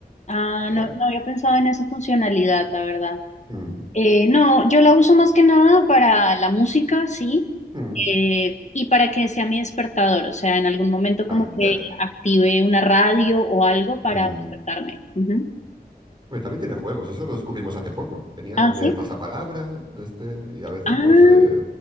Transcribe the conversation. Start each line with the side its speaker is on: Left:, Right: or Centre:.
Left: Ah,
Right: Y
Left: no,
Right: ya.
Left: no había pensado en esa funcionalidad, la verdad.
Right: Mm,
Left: Eh, no, yo la uso más que nada para la música, sí,
Right: mm.
Left: eh, y para que sea mi despertador, o sea, en algún momento
Right: Ah,
Left: como que
Right: ya.
Left: active una radio o algo para
Right: Mm.
Left: despertarme. Ujú.
Right: Bueno, y también tiene juegos, eso lo descubrimos hace poco. Tenía
Left: Ah,
Right: el
Left: sí.
Right: de pasapalabra, este, y a veces,
Left: Ah,
Right: pues, eh,